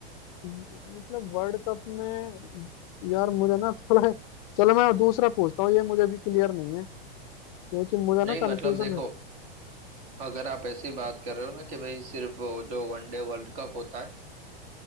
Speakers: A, on the left; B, on the right.
A: मतलब वर्ल्ड कप में यार मुझे ना थोड़ा चलो मैं दूसरा पूछता हूँ ये मुझे भी क्लियर नहीं है क्योंकि मुझे
B: नहीं
A: ना कन्फ्यूजन
B: मतलब देखो
A: है
B: अगर आप ऐसी बात कर रहे हो ना कि भाई सिर्फ वो जो वनडे वर्ल्ड कप होता है